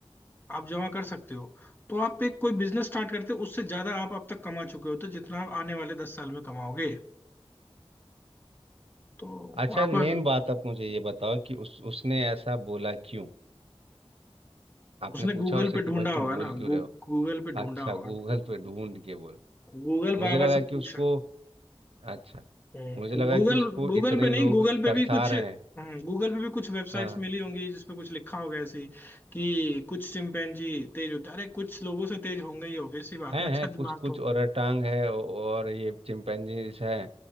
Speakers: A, on the left; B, on the right.
A: आप जमा कर सकते हो तो आप एक कोई बिजनेस स्टार्ट करते हो उससे ज्यादा आप अब तक कमा चुके होते हो तो जितना आप आने वाले दस साल में कमाओगे तो
B: अच्छा
A: आपका
B: मेन बात आप मुझे ये बताओ कि उस उसने ऐसा बोला क्यों आपने
A: उसने
B: पूछा
A: गूगल
B: उससे
A: पे
B: कि
A: ढूंढा
B: भाई
A: होगा
B: तुम बोल
A: ना गू,
B: क्यों रहे हो
A: गूगल पे ढूंढा
B: अच्छा
A: होगा
B: गूगल
A: ना
B: पे ढूंढ के बोल
A: गूगल
B: मुझे
A: बाबा
B: लगा
A: से
B: कि
A: पूछ
B: उसको अच्छा
A: गूगल
B: मुझे लगा कि उसको
A: गूगल
B: इतने
A: पे नहीं
B: लोग
A: गूगल पे
B: तरसा
A: भी कुछ
B: रहे हैं
A: गूगल पे भी कुछ वेबसाइट्स
B: हाँ
A: मिली होंगी जिसपे कुछ लिखा होगा ऐसे ही कि कुछ चिंपैंजी तेज होते हैं अरे कुछ लोगों से तेज होंगे ये ऑब्वियस सी बात
B: हैं
A: है अच्छा
B: हैं कुछ
A: दिमाग
B: कुछ
A: तो
B: ओरांग है और ये चिंपैंजीज हैं